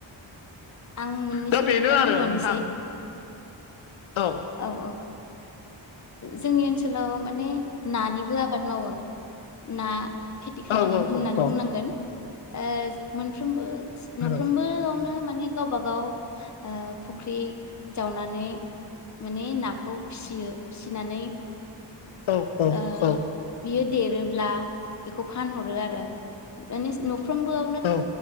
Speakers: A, on the left; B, on the left.
A: आं मोननैसो
B: दा बेनो
A: खोथा
B: आरो
A: बुंबावनोसै
B: नोंथां औ
A: औ औ जोंनि ओनसोलाव माने नानिबो आबाद मावो ना खेथि खालामो
B: औ औ
A: होननानै
B: औ
A: बुंनांगोन
B: औ
A: ओ मोनफ्रोमबो
B: औ
A: न फ्रोमबोआवनो माने गावबा गाव ओ फुख्रि जावनानै माने नाखौ फिसियो फिसिनानै
B: औ
A: ओ
B: औ
A: बियो देरोब्ला बेखौ फानहरो आरो माने न'फ्रोमबो
B: औ